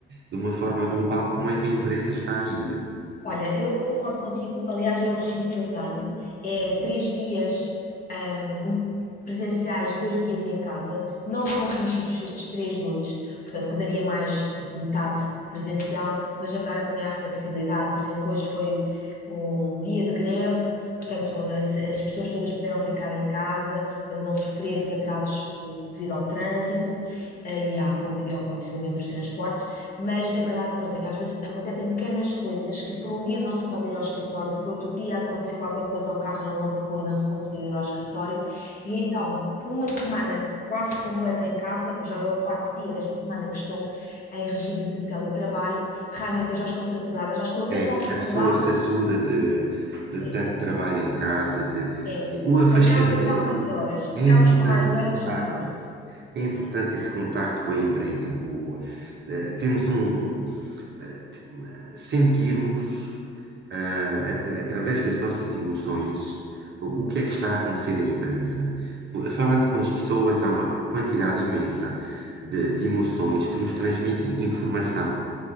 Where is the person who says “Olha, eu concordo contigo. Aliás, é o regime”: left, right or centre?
Left